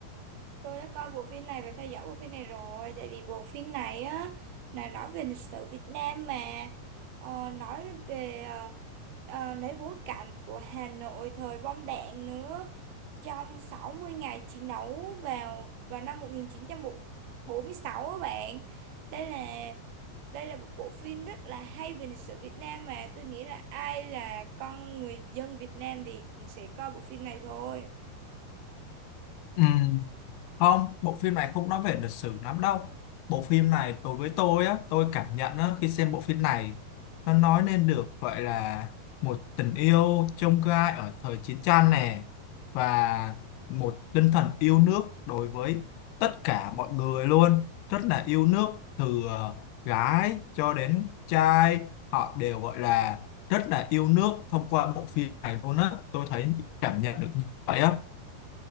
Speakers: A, on the right; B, on the left.
A: tôi đã coi bộ phim này và theo dõi bộ phim này rồi Tại vì bộ phim này á là nói về lịch sử Việt Nam mà Ờ, Nói về ờ, ờ, lấy bối cảnh của Hà Nội thời bom đạn nữa Trong 60 ngày chiến đấu vào vào năm 1946 á bạn Đây là đây là một bộ phim rất là hay về lịch sử Việt Nam mà tôi nghĩ là ai là con người dân Việt Nam thì cũng sẽ coi bộ phim này thôi
B: Ừ. Không, bộ phim này không nói về lịch sử lắm đâu. Bộ phim này đối với tôi á, tôi cảm nhận á, khi xem bộ phim này nó nói lên được gọi là một tình yêu chông gai ở thời chiến tranh nè và một tinh thần yêu nước đối với tất cả mọi người luôn, rất là yêu nước từ ờ, gái cho đến trai, họ đều gọi là rất là yêu nước thông qua bộ phim này luôn á. Tôi thấy cảm nhận được như vậy á.